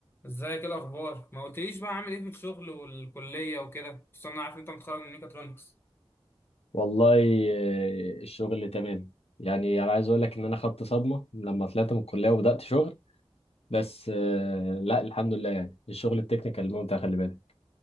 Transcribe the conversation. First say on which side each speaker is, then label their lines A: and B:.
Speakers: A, on the left (about 20°); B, on the left (about 75°).
A: ازيك ايه الاخبار ما قلتليش بقى عامل ايه في الشغل والكليه وكده بس انا عارف إن انت متخرج من ميكاترونكس
B: والله آه، الشغل تمام يعني انا عايز اقول لك ان انا خدت صدمه لما طلعت من الكليه وبدات شغل بس آه، لا الحمد لله يعني الشغل التكنيكال ممتع خلي بالك